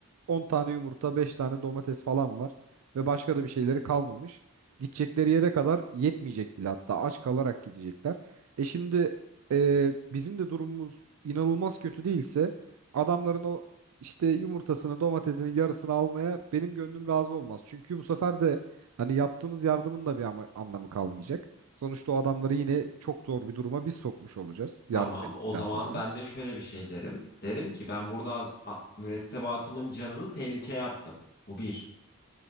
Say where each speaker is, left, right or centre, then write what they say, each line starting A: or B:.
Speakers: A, on the right (about 80°); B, on the left (about 45°).
A: 10 tane yumurta, 5 tane domates falan var ve başka da bir şeyleri kalmamış. Gidecekleri yere kadar yetmeyecek bile hatta aç kalarak gidecekler. E şimdi e, bizim de durumumuz inanılmaz kötü değilse adamların o işte yumurtasını domatesini yarısını almaya benim gönlüm razı olmaz. Çünkü bu sefer de hani yaptığımız yardımın da bir ama- anlamı kalmayacak. Sonuçta o adamları yine çok zor bir duruma biz sokmuş olacağız yardım
B: Tamam
A: ettikten
B: o zaman
A: sonra.
B: ben de şöyle bir şey derim. Derim ki ben burada az- a- mürettebatımın canını tehlikeye attım. Bu bir.